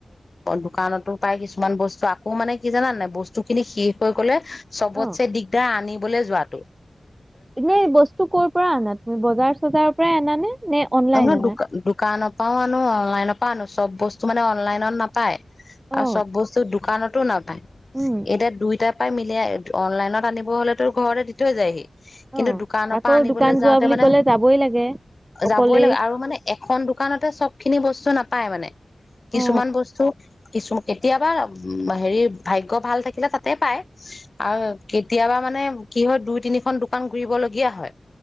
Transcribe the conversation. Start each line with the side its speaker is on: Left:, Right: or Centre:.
Left: দোকানতো পাই কিছুমান বস্তু আকৌ মানে কি জানানানে বস্তু খিনি শেষ হৈ গলে চবতছেে
Right: অ'
Left: দিগদাৰ আনিবলৈ যোৱাাতটো
Right: এনেই বস্তু ক'ৰ পৰা আনা তুমি বজাৰ চজাৰ প্ৰায় আনা নে নে অনলাইন
Left: আমি
Right: আনা?
Left: দোকানৰ পাও আনো অনলাইন প নো চব বস্তু মানে অনলাইনত নাপায়
Right: অ'
Left: আৰু চব বস্তু দোকানতো নাপায়
Right: উম।
Left: এতিয়া দুইটাৰ পৰা মি অনলাইনত আনিব হ'লেতো ঘৰতে দি থৈ যায়হি কিন্তু
Right: অ
Left: দোকানৰ
Right: আকৌ
Left: পৰা আনিবলৈ
Right: দোকান যোৱা
Left: যাওঁতে
Right: বুলি
Left: মানে
Right: ক'লে যাবই লাগে অকলেই
Left: যাবই লাগে আৰু মানে এখন দোকানতে চব খিনি বস্তু নাপায় মানে কিছুমান
Right: অ
Left: বস্তু কিছু কেতিয়াবা হেৰি ভাগ্য় ভাল থাকিলে তাতে পায় আৰু কেতিয়াবা মানে কি হয় দুই তিনিখন দোকান ঘুৰিবলগীয়া হয়